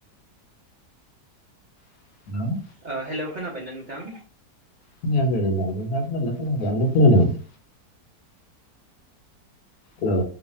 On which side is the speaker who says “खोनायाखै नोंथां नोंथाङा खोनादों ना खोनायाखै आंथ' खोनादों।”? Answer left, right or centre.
Left